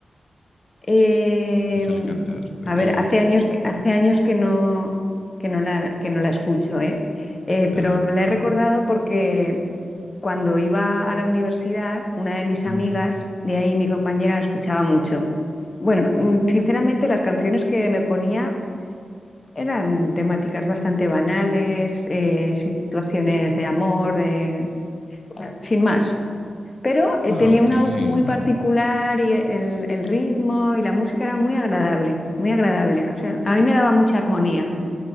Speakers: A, on the left; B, on the left.
A: Eh,
B: Que suele cantar, de
A: a
B: todo.
A: ver, hace años, que- hace años que no, que no la, que no la escucho, ¿eh? Eh,
B: Ah,
A: pero
B: ok.
A: la he recordado porque cuando iba a la universidad, una de mis amigas,
B: Ujú.
A: de ahí mi compañera, la escuchaba mucho. Bueno, mm, sinceramente las canciones que me ponía eran temáticas bastante banales, eh, situaciones de amor, de- eh, sin más. Pero eh,
B: Ah,
A: tenía
B: ok,
A: una voz muy
B: bueno.
A: particular y el, el ritmo y la música era muy agradable, muy agradable. O sea, a mí me daba mucha armonía.